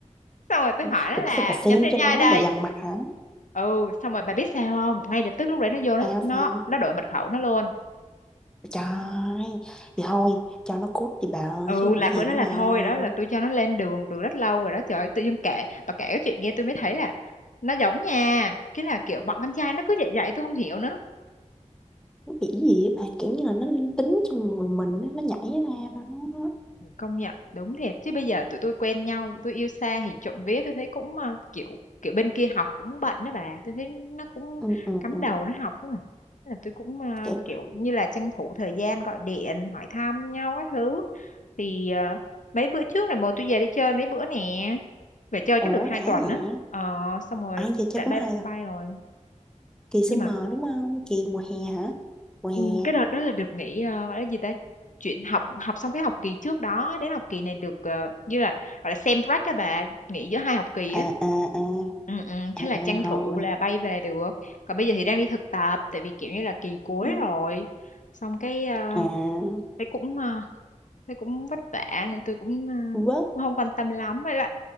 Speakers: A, on the left (about 75°); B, in the centre.
A: xong rồi tôi hỏi
B: rồi
A: nó là
B: cái sao bà xem
A: nhánh thế
B: cho
A: nhai
B: nó
A: đây
B: bà dằn mặt hả
A: ừ xong rồi bà biết sao không ngay lập tức lúc đấy nó vô nó
B: sao
A: nó
B: sao
A: nó đổi mật khẩu nó luôn
B: trời thì thôi cho nó cút đi bà ơi
A: ừ
B: chứ còn
A: là
B: cái
A: bữa
B: gì
A: đó
B: nữa
A: là
B: bà
A: thôi đó là
B: ơi
A: tôi cho nó lên đường từ rất lâu rồi đó trời ơi, tự dưng kể bà kể cái chuyện nghe tôi mới thấy là nó giống nha cái là kiểu bọn con trai nó cứ vậy vậy tôi không hiểu nữa
B: bị gì á bạn kiểu như là nó linh tính trong người mình á, nó nhảy ra mà nó
A: công nhận đúng thiệt chứ bây giờ tụi tôi quen nhau tụi tôi yêu xa thì trộm vía tôi thấy cũng ờ, kiểu kiểu bên kia học cũng bận đó bà tôi thấy nó cũng
B: ừ, ừ,
A: cắm
B: ừ.
A: đầu nó học đó mà Thế là tôi cũng ờ,
B: kiểu
A: kiểu như là tranh thủ thời gian gọi điện hỏi thăm nhau các thứ thì ờ, mấy bữa trước là bố tôi về đi chơi mấy bữa nè về chơi
B: ủa
A: chắc được hai
B: đã
A: tuần
B: vậy
A: á ờ xong rồi
B: à giờ chơi
A: lại
B: cũng
A: bye
B: hay
A: bye
B: rồi
A: rồi
B: kỳ summer
A: nhưng mà
B: đúng không kỳ mùa hè hả mùa hè
A: Ừ, cái đợt đó là được nghỉ ờ, gọi là gì ta chuyện học học xong cái học kỳ trước đó đến học kỳ này được ờ, như là gọi là sem break các bà nghỉ giữa hai học kỳ
B: à
A: á
B: à à
A: ừ, ừ, thế
B: à,
A: là tranh
B: à rồi
A: thủ là bay về được còn bây giờ thì đang đi thực tập tại vì kiểu như là kỳ cuối
B: Ừ,
A: rồi xong cái ờ,
B: à
A: thế cũng ờ, thế cũng vất vả nên tôi cũng, ờ,
B: vớt
A: cũng không quan tâm lắm với lại